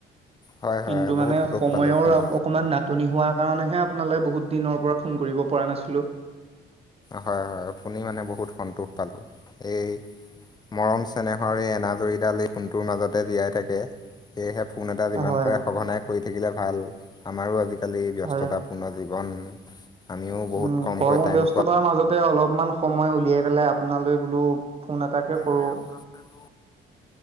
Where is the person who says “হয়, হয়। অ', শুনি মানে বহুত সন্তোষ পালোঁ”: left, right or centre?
Left